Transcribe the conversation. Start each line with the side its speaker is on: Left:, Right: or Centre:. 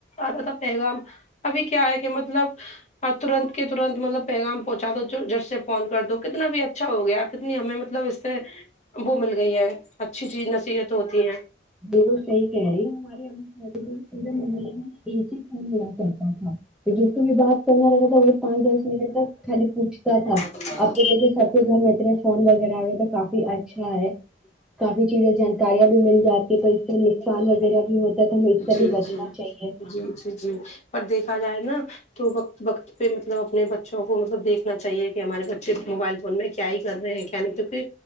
Left: آتا تھا پیغام ابھی کیا ہے کہ مطلب اور ترنت کے ترنت مطلب پیغام پہنچا دو جھٹ سے فون کر دو کتنا بھی اچھا ہو گیا کتنی ہمیں مطلب اس سے وہ مل گئی ہے اچھی چیز نصیحت ہوتی
Centre: بالکل صحیح کہہ رہی ہو <unintelligible> پورے محلہ میں ایک ہی فون ملا کرتا تھا جس کو بھی بات کرنا رہتا تھا وہ پانچ دس منٹ تک خالی پوچھتا تھا
Left: ہے
Centre: اب تو دیکھیے سب کے گھر میں اتنے فون وغیرہ ہو گئے تو کافی اچھا ہے کافی چیزیں جانکاریاں بھی مل جاتی تو اس سے نقصان وغیرہ بھی ہو لیکن اس سے
Left: جی
Centre: بھی بچنا
Left: جی
Centre: چاہیے
Left: جی جی پر دیکھا جائے نا تو وقت وقت پہ مطلب اپنے بچوں کو مطلب دیکھنا چاہیے کہ ہمارے بچے موبائل فون میں کیا ہی کر رہے ہیں نہیں تو پھر